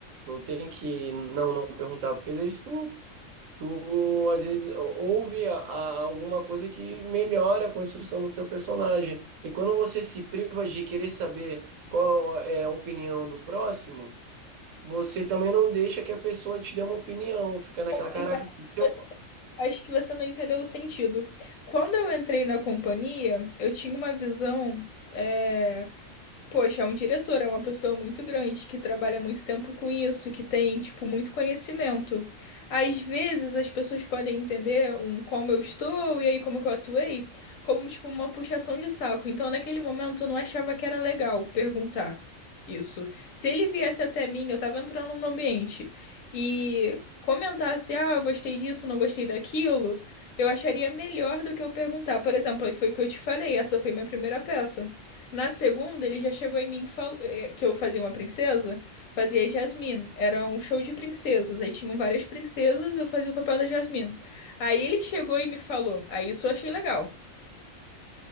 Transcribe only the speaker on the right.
não tem que não, não perguntar, porque isso Tu, às vezes, ouve a- a- alguma coisa que melhora a construção do teu personagem. E quando você se priva de querer saber qual é a opinião do próximo, você também não deixa que a pessoa te dê uma opinião. Fica naquela,
caraca, se eu...